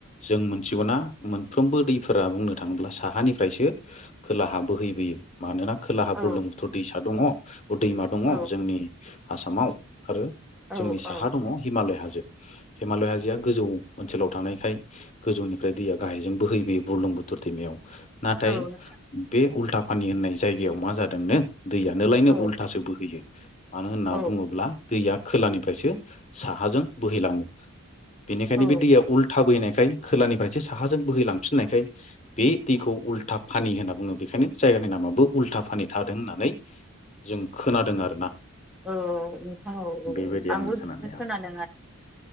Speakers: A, on the left; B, in the centre.
A: जों मोनथिगौना मोनफ्रोमबो दैफोरा बुंनो थाङोब्ला साहानिफ्रायसो खोलाहा बोहैबोयो मानोना खोलाहा
B: औ
A: बुरदुं बुथुर दैसा दङ दैमा दङ
B: औ
A: जोंनि आसामाव आरो
B: औ
A: जोंनि
B: औ
A: साहा दङ हिमालय हाजो हिमालय हाजोआ गोजौ ओनसोलाव थानायखाय गोजौनिफ्राय दैया गाहायजों बोहैबोयो बुरलुं बुथोर दैमायाव। नाथाय
B: औ नोंथां
A: बे उल्था पानि होननाय जायगायाव मा जादोंनो दैयानोलायनो
B: औ
A: उल्थासो बोहैयो। मानो होनना
B: औ
A: बुङोब्ला दैया खोलानिफ्रायसो साहाजों बोहैलाङो। बेनिखायनो
B: औ
A: बे दैया उल्था बोहैनाय खाय खोलानिफ्रायसो साहाजों बोहैलांफिननायखाय बे दैखौ उल्था पानि होनना बुङो बेखायनो जायगानि नामाबो उल्था फानि थादों होननानै जों खोनादों आरोना
B: औ नोंथां औ औ
A: बेबायदि
B: आंबो
A: आंनि खोनानाया
B: बिदिनो खोनादों आरो